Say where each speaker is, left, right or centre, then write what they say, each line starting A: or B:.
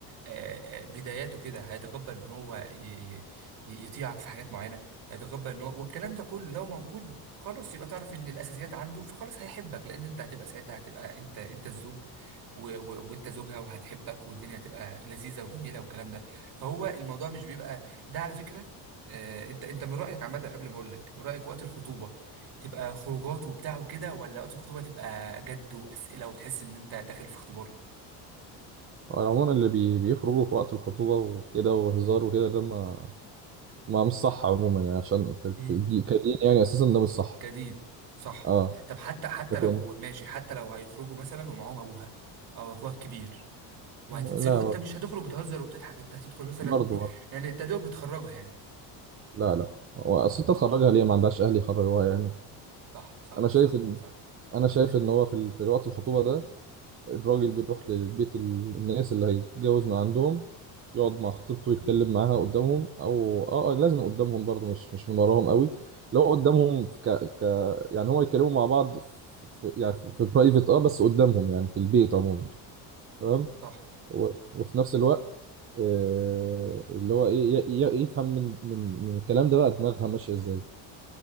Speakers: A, on the right; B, on the right.
A: آه، آه، بداياته كده هيتقبل ان هو ي- ي- ي- يطيعك في حاجات معينه هيتقبل ان هو والكلام ده كله لو موجود خلاص يبقى تعرف ان الاساسيات عنده فخلاص هيحبك لان انت هتبقى ساعتها هتبقى انت انت الزوج و... و... وانت زوجها وهتحبك والدنيا هتبقى لذيذه وجميله والكلام ده فهو الموضوع مش بيبقى ده على فكره آه، انت انت من رايك عامه قبل ما اقول لك من رايك وقت الخطوبه تبقى خروجات وبتاع وكده ولا وقت الخطوبه تبقى جد واسئله وتحس ان انت داخل في اختبار
B: عموما اللي بي بيخرجوا في وقت الخطوبة وكده وهزار وكده ده ما ما مش صح عموما يعني عشان في,
A: مم.
B: في دي كدين يعني اساسا ده مش صح
A: كدين صح
B: اه
A: طب حتى حتى
B: لكن
A: لو ماشي حتى لو هيخرجوا مثلا ومعاهم ابوها او اخوها الكبير وهتنزلوا
B: لا
A: انت مش هتخرج بتهزر وتضحك انت هتدخل مثلا
B: برضه برضه
A: يعني انت دوب بتخرجها يعني
B: لا لا هو اصل انت تخرجها ليه ما عندهاش اهل يخرجوها يعني
A: صح صح
B: انا شايف
A: صح
B: ان
A: صح
B: انا شايف ان هو في ال- في وقت الخطوبه ده الراجل بيروح لبيت ال- الناس اللي هيتجوز من عندهم يقعد مع خطيبته يتكلم معاها قدامهم او اه آه، لازم قدامهم برضه مش مش من وراهم قوي لو قدامهم في ك ك يعني هو يتكلموا مع بعض في في- يعني في برايفت اه بس قدامهم يعني في البيت عموما تمام
A: صح
B: و- وفي نفس الوقت آه، اللي هو ايه ي- ي- يفهم من من من الكلام ده بقى دماغها ماشيه ازاي